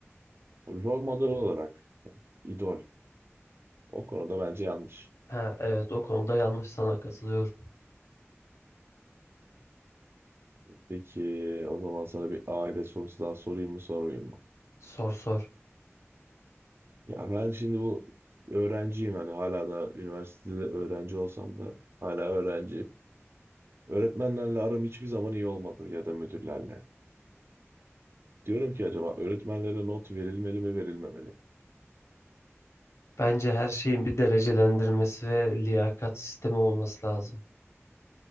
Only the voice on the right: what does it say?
Rol model olarak idol. O konuda bence yanlış.
Peki o zaman sana bir aile sorusu daha sorayım mı sormayayım mı?
Ya ben şimdi bu öğrenciyim hani hala da üniversitede öğrenci olsam da hala öğrenciyim. Öğretmenlerle aram hiçbir zaman iyi olmadı ya da müdürlerle. Diyorum ki acaba öğretmenlere not verilmeli mi verilmemeli?